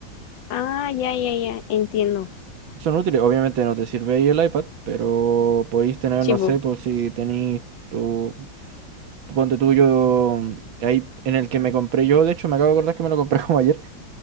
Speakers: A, on the left; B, on the right.
A: Ah, ya, ya, ya, entiendo.
B: Son útiles, obviamente no te sirve ahí el iPad, pero podéis tener,
A: Sí,
B: no
A: bu.
B: sé, pues si tenéis tu, ponte tuyo ahí en el que me compré yo, de hecho me acabo de acordar que me lo compré <laughs> como ayer,